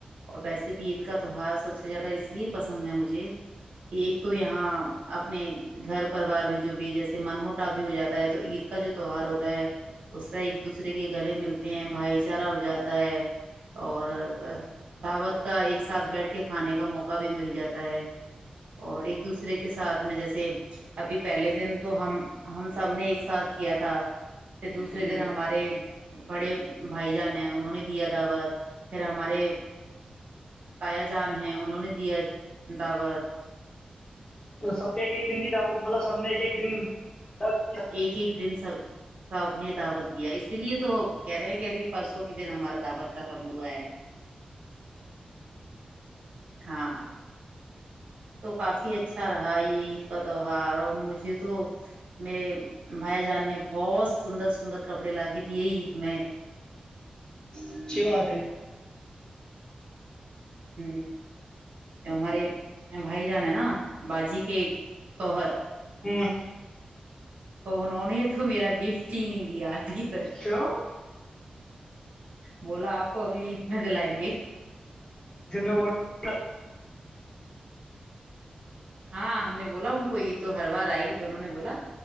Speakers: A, on the right (about 65°); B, on the left (about 30°).
A: اور ویسے بھی یہ عید کا تہوار سب سے زیادہ اس لیے پسند ہے مجھے کہ ایک تو یہاں اپنے گھر پروار میں جو بھی جیسے من موٹاپ بھی ہو جاتا ہے تو عید کا جو تہوار ہوتا ہے اس سے ایک دوسرے دوسرے کے گلے ملتے ہیں بھائی چارہ ہو جاتا ہے اور دعوت کا ایک ساتھ بیٹھ کے کھانے کا موقع بھی مل جاتا ہے اور ایک دوسرے کے ساتھ میں جیسے ابھی پہلے دن تو ہم ہم سب نے ایک ساتھ کیا تھا پھر دوسرے
B: جی
A: دن ہمارے بڑے بھائی جان ہیں انہوں نے دیا دعوت پھر ہمارے تایا جان ہے انہوں نے دیا دعوت
B: تو ستیہ کی دن کی د مطلب سب نے ایک ایک دن بہت <unintelligible>
A: ایک ایک دن سب سب نے دعوت دیا اسی لیے تو کہہ رہے ہیں کہ ابھی پرسوں کے دن ہمارا دعوت ختم ہوا ہے ہاں تو کافی اچھا رہا یہ عید کا تہوہار اور مجھے تو میرے بھائی جان نے بہت سندر سندر کپڑے لا کے دیے عید میں
B: اچھی بات ہے
A: ہ تو ہمارے بھائی جان ہیں نا باجی کے شوہر
B: ہ
A: ہونا انیں تو میرا گفٹ ہی نہیں دیا تک
B: کیوں <unintelligible>
A: بولا آپ کو اگلی عید میں دلائیں گے
B: ج وہ <unintelligible>
A: ہاں ہم نے بولا ان کو عید تو ہر بار آئے گی تو انہوں نے بولا